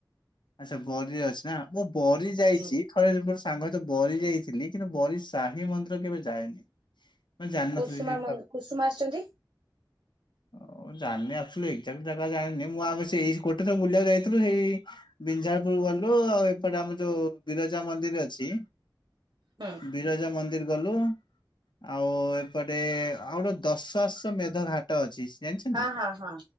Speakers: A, on the left (about 70°); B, on the right (about 60°).
A: ଆଛା ବରିରେ ଅଛି ନା ମୁଁ ବରି ଯାଇଚି।
B: ହୁଁ
A: ଥରେ ମୋର ସାଙ୍ଗ ସହିତ ବରି ଯାଇଥିଲି କିନ୍ତୁ ବରି ସାହି ମନ୍ଦିର କେବେ ଯାଏନି। ମୁଁ ଜାଣିିନଥିଲି
B: କୁସୁମା
A: ସେଇ
B: ମନ୍ଦି
A: ପ
B: କୁସୁମା ଆସିଛନ୍ତି
A: ଓ ମୁଁ ଜାଣିନି ଆକ୍ ଚୁଲି ଏଗ୍ ଜାଟିଲି ଜାଗା ଜାଣିନି ମୁଁ ଆମ ସେଇ ଏଇସି ଗୋଟେ ବୁଲିବାକୁ ଯାଇଥିଲୁ ସେଇ ବିନ୍ଝାରପୁର ଗଲୁ ଆଉ ଏପଟେ ଆମର ଯୋଉ ବିରଜା ମନ୍ଦିର ଅଛି
B: ହୁଁ
A: ବିର ଜା ମନ୍ଦିର ଗଲୁ। ଆଉ ଏପଟେ ଆଉ ଗୋଟେ ଦଶାଶ ମେଧ ଘାଟ ଅଛି। ଜାଣିଛନ୍ତି
B: ହଁ
A: <unintelligible>
B: ହଁ ହଁ